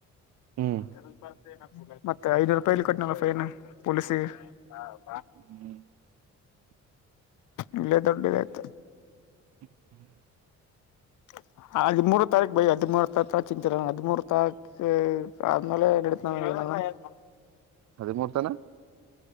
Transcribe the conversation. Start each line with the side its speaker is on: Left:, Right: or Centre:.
Right: ಹ್ಮ್
Left: ಮತ್ತೆ ನಿನ್ಗೆ ಬೇಡಾ. <unintelligible> ಮತ್ತೆ, ಐದು ರೂಪಾಯಿಲಿ ಕಟ್ಗುಧನಾಳ, ಫೈನ್ ಪೊಲೀಸಿಗೆ. <unintelligible>
Right: ಹ್ಮ್. <inaudible>
Left: ಇಲ್ಲೇ, ದುಡ್ಡು ಬಿಟ್ಟಾಯ್ತು. <inaudible>
Right: ಹ್ಮ್. ಹೂ.. <inaudible>
Left: <unintelligible> <inaudible> ಹದಿಮೂರು ತಾರೀಕ್ ಬೈ! ಹದಿಮೂರು ತಾರೀಕ, ಚಿಂತುಇರವ ಹದಿಮೂರು ತಾರೀಕು ಆದ್ಮೇಲೆ, ನಡಿತಾ. <inaudible> ಹ. ಇವಾ, ಹೇಳುತ್ತಾನೆ.. <unintelligible>
Right: ಅದೇ, ಮೂರ್ತನ. <inaudible>